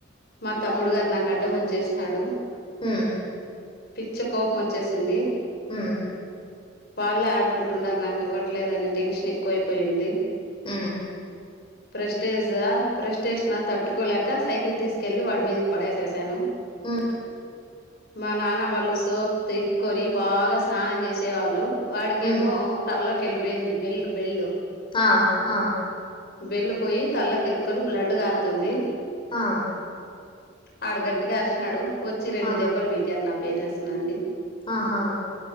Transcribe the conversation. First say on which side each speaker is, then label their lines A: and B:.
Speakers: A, on the left; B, on the left.
A: మా తమ్ముడు గారు నాకు అడ్డం వచ్చేసినడు
B: హ
A: పిచ్చ కోపం వచ్చేసింది
B: హ
A: వాళ్లే ఆడుకుంటుండారు నాకు ఇవ్వట్లేదునే టెన్షన్ ఎ క్కువైపోయింది.
B: హ
A: ప్రెస్టేజ ప్రెస్టేష నా తట్టుకోలేక సైకిల్ తీసుకెళ్లి వాడి మీదకి పడేసేసాను.
B: ఉ
A: మా నాన్న వాళ్ళు సోప్ తీిసుకొని బాగా స్నానం చేసే వాళ్ళు వాడికేమో
B: మ్మ్
A: తలలోకి వెళ్ళిపోయింది వెెల్ వెళ్ళు
B: ఆా హా
A: బెల్లు పోయి తల్ల కిరుక్కొని బ్లడ్ కారుతుంది.
B: ఆ
A: ఆడు గట్టిగా అరిసినాడు వచ్చి రెండ
B: ఆ
A: దెబల్లు పీకారు నాకు. పేరెంట్స్ నానీ
B: ఆహా